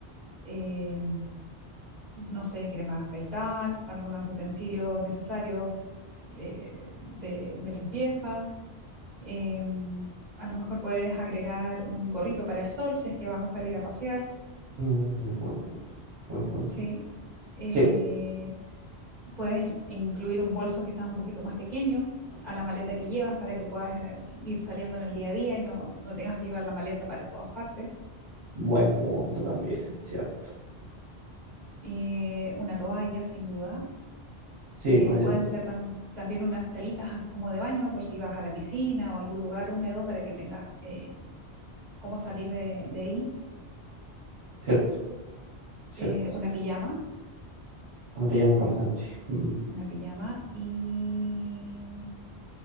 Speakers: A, on the right; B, on the right.
A: eh, no sé, crema de afeitar, algunos utensilios necesarios eh, de, de limpieza. eh, a lo mejor puedes agregar un gorrito para el sol si es que vas a salir a pasear,
B: Mm, buen punto, buen punto.
A: ¿sí? Eh,
B: Sí,
A: Puedes incluir un bolso quizás un poquito más pequeño a la maleta que llevas para que puedas eh, ir saliendo en el día a día y no, no tengas que llevar la maleta para todas partes.
B: buen punto también, cierto.
A: Eh, una toalla, sin duda.
B: Sí,
A: Eh,
B: vaya,
A: pueden ser tam- también unas talitas así como de baño por si vas a la piscina o a algún lugar húmedo para que tengas eh, cómo salir de, de ahí.
B: cierto, cierto.
A: Eh, una pijama,
B: Una pijama importante. Mm.
A: una pijama y